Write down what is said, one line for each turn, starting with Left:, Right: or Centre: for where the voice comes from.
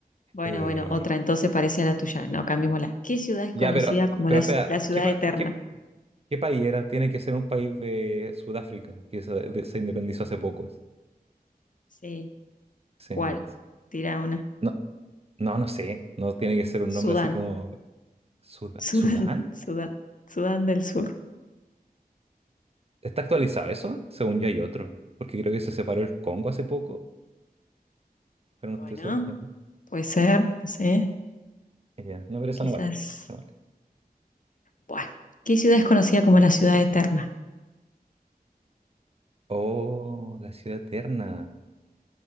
Left: Bueno,
Right: Eh,
Left: bueno, otra, entonces parece a la tuya. No, cambiémosla. ¿Qué ciudad es
Right: ya,
Left: conocida
Right: pero,
Left: como
Right: pero
Left: la,
Right: espera,
Left: la ciudad
Right: ¿qué, pa-
Left: eterna?
Right: qué ¿Qué país era? Tiene que ser un país de Sudáfrica, que se, de- se independizó hace poco.
Left: Sí,
Right: Sí,
Left: ¿cuál?
Right: ya es.
Left: Tira una.
Right: No, no, no sé. No tiene que ser un
Left: Sudán,
Right: nombre así como Suda-
Left: Sudán,
Right: Sudán.
Left: <laughs> Sudán, Sudán del Sur.
Right: ¿Está actualizado eso? Según yo hay otro. Porque creo que se separó el Congo hace poco, pero no
Left: Bueno,
Right: estoy seguro. Ya.
Left: puede ser, no sé,
Right: Ya. No, pero esa
Left: quizás.
Right: no vale. esa no vale.
Left: Bueno, ¿qué ciudad es conocida como la ciudad eterna?
Right: Oh, la ciudad eterna.